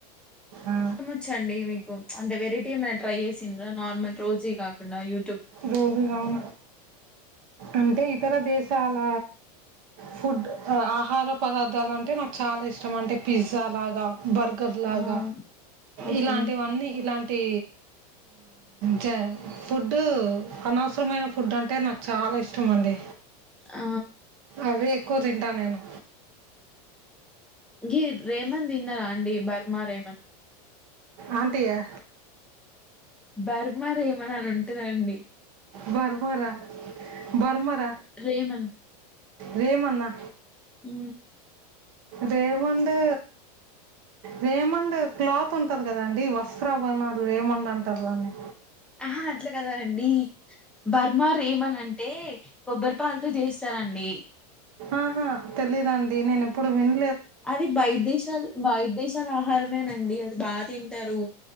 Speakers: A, on the right; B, in the centre.
A: ఆ
B: వచ్చండి మీకు అంటే వెరైటీ ఏమైనా ట్రై చేసిండ నార్మల్ రోజువి కాకుండా యూ
A: రోజుగాన అంటే ఇతర దేశాల ఫుడ్ ఆహార పదార్థాలు అంటే నాక్ చాలా ఇష్టం అంటే పిజ్జా అలాగ బర్గర్ లాగ
B: ఆహా! ఓకే.
A: ఇలాంటివన్నీ ఇలాంటి జ ఫుడ్ డు అనవసరమైన ఫుడ్ అంటే నాకు చాల ఇష్టమండి
B: ఆ
A: అవే ఎక్కువ తింటా నేను
B: గి రేమన్ దిన్న రాండి బర్మా రేమన్్
A: ఆంటిగా
B: బర్మర్ ఏమన అని ఉంటుందండి
A: బర్మరా బర్మర
B: రేమన్
A: రేమన్నా
B: మ్
A: దేవండు రేమండ్ క్లాత్ ఉంటది కదండి వస్త్రా బణ రేమండ్ అంటార్ దాన్ని
B: ఆహ అట్ల కాదండి బర్మర్ ఏమనంటే కొబ్బరిపాలతో చేస్తారు దండి
A: ఆహ తెలీదండి నేన్ ఎప్పుడు విన్
B: అది బయట్ దేశాలు బయట్ దేశాల ఆహారమేనండి అది బాగ తింటారు